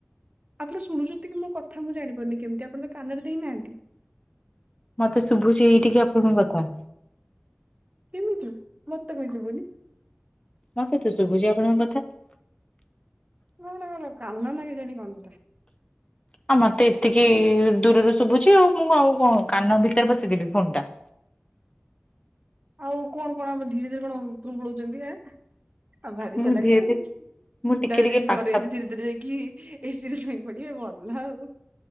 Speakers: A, on the right (about 35°); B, on the left (about 25°).
A: ଆପଣ ଶୁଣୁଛନ୍ତି କି ମୋ କଥା ମୁଁ ଜାଣିପାରୁନି କେମିତି ଆପଣ ତ କାନରେ ଦେଇନାହାନ୍ତି।
B: ମତେ ଶୁଭୁଛି ଏଇଠିକି ଆପଣଙ୍କୁ କଥା।
A: କେମିତି ମତେ କାଇଁ ଶୁବୁନି?
B: ମତେ ତୁ ଶୁଭୁଛି ଆପଣଙ୍କ କଥା।
A: <unintelligible> କାନରେ ନଗେ଼ଇଚନ୍ତି କଣଟା।
B: ହଁ ମତେ ଏତିକି ଦୂରରୁ ଶୁଭୁଛି ଆଉ ମୁଁ ଆଉ କଣ କଣ କାନ ଭିତରେ ପସିଦେବି ଫୁନ୍ ଟା।
A: ଆଉ କଣ କଣ ଆମ ଧୀରେ ଧୀରେ କଣ ଉପୁରୁକୁ ପଳଉଛନ୍ତି ଆଁ। ଆଉ ଭାରି
B: ମୁଁ
A: ଚାଲାକ୍
B: ଧୀରେ
A: ତ ଆଉ
B: ଧୀରେ ମୁଁ ଟିକେ
A: ଡାଇରେକ୍ଟ
B: ଟିକେ
A: ଯାକି
B: ପାଖା
A: ଘରେ ଏ ଧୀରେ ଧୀରେ ହେଇକି ଏସିରେ ଶୋଇ ପଡ଼ିବେ ଭଲ ଆଉ।